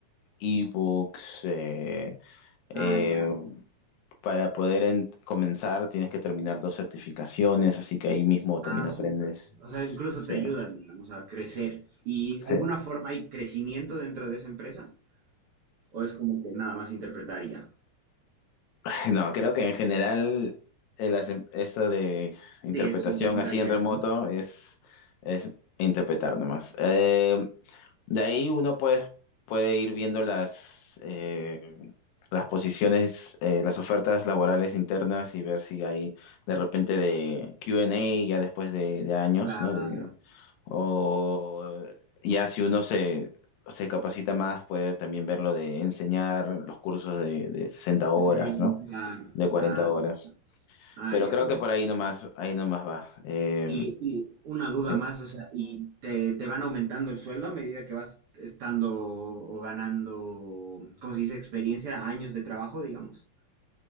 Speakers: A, on the left; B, on the right.
A: ebooks, eh,
B: ay,
A: eh, para poder en- comenzar tienes que terminar dos certificaciones, así que ahí mismo también
B: Ah,
A: aprendes.
B: súper. O sea, incluso
A: Sí,
B: te ayudan, digamos, a crecer. ¿Y
A: sí.
B: de alguna forma hay crecimiento dentro de esa empresa? ¿O es como que nada más interpretar y ya?
A: <laughs> No, creo que en general eh, las em- esta de interpretación
B: Sí, es interpretar
A: así
B: y
A: en
B: ya,
A: remoto
B: ¿no?
A: es, es interpretar nomás. Eh, de ahí uno puede, puede ir viendo las, eh, las posiciones, eh, las ofertas laborales internas y ver si hay de repente de Q&A ya después de, de años,
B: Claro.
A: ¿no? De, o ya si uno se, se capacita más, puede también ver lo de enseñar los cursos de, de 60 horas,
B: Training,
A: ¿no?
B: claro.
A: de
B: Ya.
A: 40 horas.
B: Ah,
A: Pero
B: ya,
A: creo
B: ya.
A: que por ahí nomás, ahí nomás va. Eh,
B: Y, y una duda
A: sí,
B: más, o sea, ¿y te, te van aumentando el sueldo a medida que vas estando o ganando, ¿cómo se dice? Experiencia, años de trabajo, digamos.